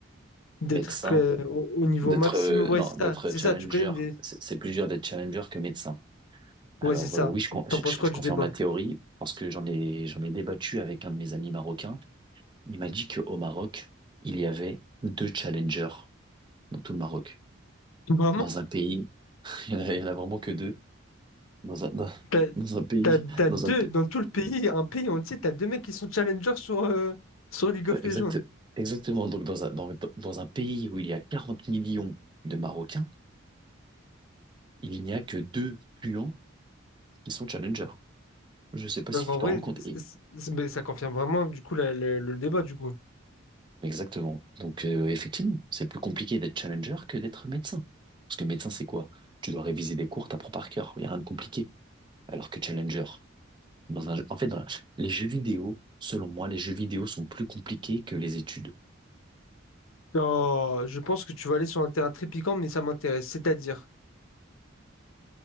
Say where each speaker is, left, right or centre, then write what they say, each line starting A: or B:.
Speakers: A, on the left; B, on the right.
A: d'être
B: médecin
A: euh, au, au niveau
B: d'être
A: maximum.
B: euh,
A: Ouais,
B: non
A: c'est ça.
B: d'être
A: C'est
B: challenger.
A: ça. Tu connais des...
B: C'est c'est plus dur d'être challenger que médecin. Alors
A: Ouais, c'est ça.
B: euh, oui, je, con- je-
A: T'en penses
B: je
A: quoi du
B: confirme
A: débat?
B: la théorie parce que j'en ai, j'en ai débattu avec un de mes amis marocains. Il m'a dit qu'au Maroc, il y avait deux challengers dans tout le Maroc.
A: Vraiment?
B: Dans un pays, <laughs> il y en a, il y en a vraiment que deux. Dans un, dans,
A: T'as,
B: dans un pays,
A: t'as- t'as
B: dans
A: deux
B: un, pa-
A: dans tout le pays, un pays entier, t'as deux mecs qui sont challengers sur, euh, sur League of
B: euh, exact,
A: Legends.
B: exactement. Donc dans un, dans, dans dans un pays où il y a 40 millions de Marocains, il n'y a que deux puants qui sont challengers. Je ne sais pas
A: Donc
B: si
A: en
B: tu t'en
A: vrai,
B: rends compte.
A: c- c- c- mais ça confirme vraiment du coup la- le, le débat du coup.
B: Exactement. Donc, euh, effectivement, c'est plus compliqué d'être challenger que d'être médecin. Parce que médecin, c'est quoi? Tu dois réviser des cours, t'apprends par cœur. Il n'y a rien de compliqué. Alors que challenger, dans un, en fait, dans- les jeux vidéo, selon moi, les jeux vidéo sont plus compliqués que les études.
A: Oh, je pense que tu vas aller sur un terrain très piquant, mais ça m'intéresse. C'est-à-dire,